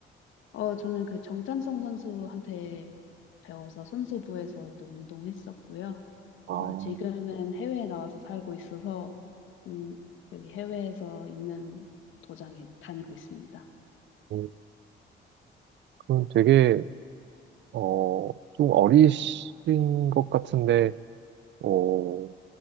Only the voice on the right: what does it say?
아,
음, 그럼 되게, 어, 좀 어리신 것 같은데, 어,